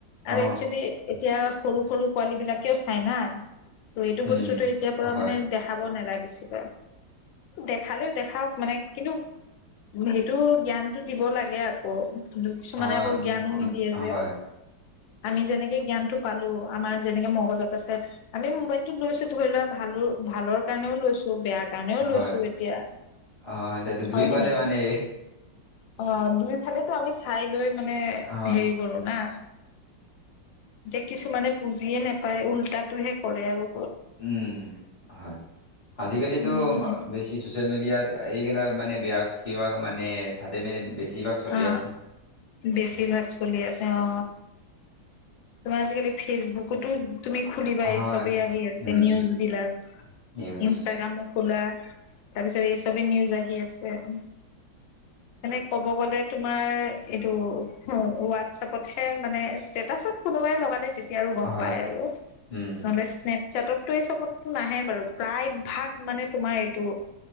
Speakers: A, on the left (about 35°); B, on the left (about 80°).
A: অ
B: আৰু একচুৱেলি এতিয়া সৰু- সৰু পোৱালী বিলাকেও চাই না। ত এইটো
A: উম
B: বস্তুতটো এতিয়াৰ পৰা
A: হয়
B: মানে দেখাব নালাগিছিল। দেখালেও দেখাওক। মানে কিন্তু সেইটো জ্ঞানতটো দিব লাগে আকৌ। কিন্তু কিছুমানে
A: হয়
B: আকৌ জ্ঞানো নিদিয়ে যে।
A: হয়
B: আমি যেনেকে জ্ঞানটো পালো। আমাৰ যেনেকে মগজত আছে। আমি মোবাইলটো লৈছো ধৰি লোৱা, ভালো ভালৰ কাৰণেও লৈছো। বেয়া সেইকাৰণেও
A: হয়
B: লৈছো এতিয়া।
A: অ এতিয়াতো
B: হয়
A: ধুই
B: নে
A: পালে
B: নহয়?
A: মানে
B: অ, দুইফালে আমি চাই লৈ মানে
A: অ
B: হেৰি কৰো না। দেখিছোঁ মানে বুজিয়ে নাপায়। উল্টাটোহে কৰে আৰু।
A: উম, হয়, আজিকালিতো
B: উম
A: বেছি চচিয়েল মিডিয়াত এইকেইটা মানে বেয়া, কিবা মানে তাতে মানে বেছিভাগ চলি
B: অ।
A: আছে
B: বেছিভাগ চলি আছে। অ, তোমাৰ আজিকালি ফেচবুকতো তুমি খুলিবা।
A: হয়
B: এই চবেই আহি আছে
A: উম
B: নিউজ বিলাক
A: নিউজ
B: ইনষ্টাগ্ৰামো খোলা তাৰপিছত এই চবে নিউজ আহি আছে আৰু। এনে কব কলে তোমাৰ, এইটো হোৱাটছএপতহে মানে, ষ্টেটাছত কোনোবাই লগালে তে এতিয়া আৰু গম
A: হয়
B: পাই আৰু,
A: উম
B: হনেষ্ট নেট চাটতটো এই চবত নাহে বাৰু। প্ৰায় ভাগ মানে তোমাৰ এইটো